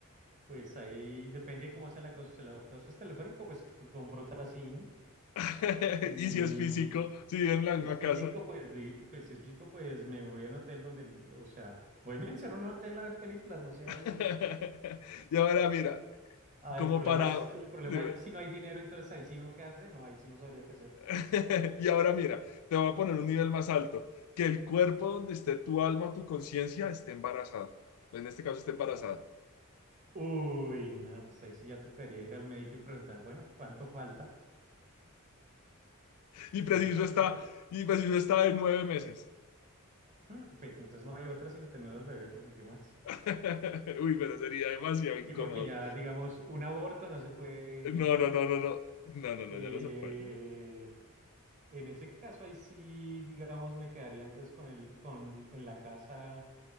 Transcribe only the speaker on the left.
<laughs>
Y si es físico, si viven en la
misma
casa.
<laughs>
Y ahora mira,
como
para,
dime.
<laughs> y ahora mira, te voy a poner un nivel más alto, que el cuerpo donde esté tu alma, tu conciencia, esté embarazada. En este caso esté embarazada.
Y
preciso
está,
y preciso está de nueve meses.
<laughs> Uy, pero sería demasiado incómodo.
No,
no, no, no, no. No, no,
no, ya no se puede.